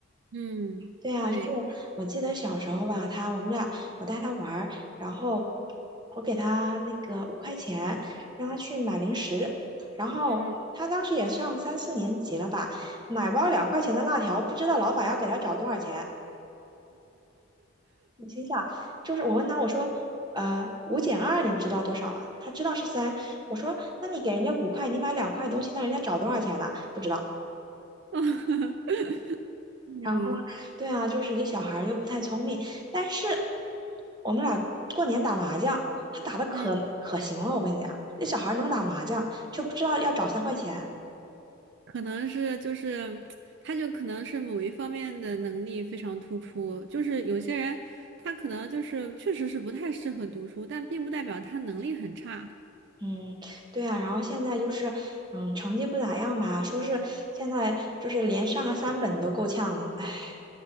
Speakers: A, on the right; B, on the right.
A: 嗯，
B: 对啊，
A: 对，
B: 就是我记得小时候吧，他我们俩我带他玩儿然后我给他那个五块钱，让他去买零食，然后他当时也上三四年级了吧，
A: 嗯，
B: 买包两块钱的辣条，不知道老板要给他找多少钱。你心想，就是我问他，我说，呃，五减二你知道多少了？他知道是三。我说，那你给人家五块，你买两块东西，那人家找多少钱了？不知道。
A: <laughs> 嗯
B: 然后，对啊，就是这小孩儿又不太聪明，但是我们俩过年打麻将，他打的可可行了，
A: 嗯，
B: 我跟你讲，这小孩儿能打麻将，就不知道要找三块钱。
A: 可能是就是，他就可能是某一方面的能力非常突出，就是有些人他可能就是确实是不太适合读书，但并不代表他能力很差。
B: 嗯，对啊，然后现在就是，嗯，成绩不咋样吧，说是现在就是连上个三本都够呛了，哎。